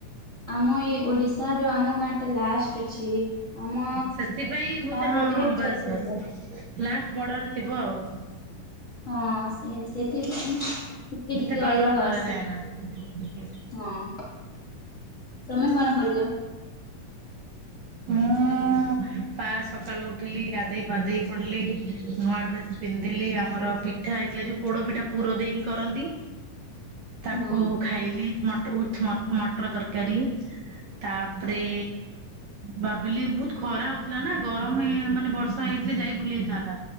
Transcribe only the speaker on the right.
ସେଥିପାଇଁ ବୋଧେ
ହଁ ହଁ ବାସ୍
ବାସ୍ ଲାଷ୍ଟ ବର୍ଡର ଥିବ ଆଉ
ଏତେ
ପାଳନ
କରାଯାଏ
ନାଁ।
ମୁଁ ଉଁ ପା ସକାଳୁ ଉଠିଲି ଗାଧେଇ ପାଧେଇ ପଡିଲି ନୂଆ ଡ୍ରେସ ପିନ୍ଧିଲି ଆମର ପି ପିଠା ହେଇଥିଲା ଯୋଉଁ ପୋଡପିଠା ଟା ପୁର ଦେଇକି କରନ୍ତି ତାକୁ
ଖାଇଲି ମଟର ମଟର ତରକାରୀ ତାପରେ ଭାବିଲି ବହୁତ ଖରା ହଉଥିଲା ନା ଗରମ ମାନେ ବର୍ଷା ହେଇଥିଲେ ଯାଇ ଭୁଲି ହେଇଥାନ୍ତା